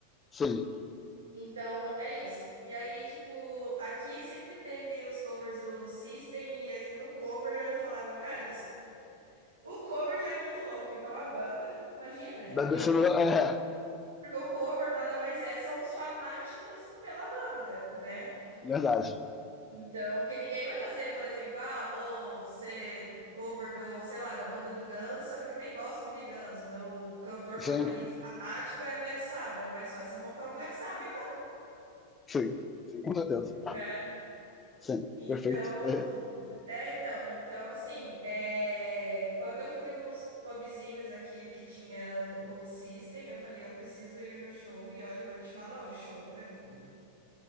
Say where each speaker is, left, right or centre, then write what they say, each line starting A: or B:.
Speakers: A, on the left; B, on the right.
A: Sim.
B: Então, é isso. E aí, tipo, aqui sempre teve os covers do System, e aí no cover eu já falava, cara, os- o cover já é muito louco, então a banda, imagina, porque
A: Deve
B: o
A: ser melhor. É,
B: Porque o cover nada mais é, são os fanáticos pela banda, né?
A: verdade.
B: Então, porque ninguém vai fazer, por exemplo, ah, vou ser cover do, sei lá, da banda do Guns, sendo que eu nem gosto muito de Guns. Meu cantor
A: Sim,
B: favorito, fanático, é Black Sabbath. É mais fácil montar um Black Sabbath, então,
A: sim, sim, com certeza.
B: né?
A: Sim,
B: Então,
A: perfeito. É.
B: é, então, então, assim, é, quando eu fui nos pubzinhos aqui que tinha o System, eu falei, eu preciso ir no show, e olha, eu vou te falar, o show é do.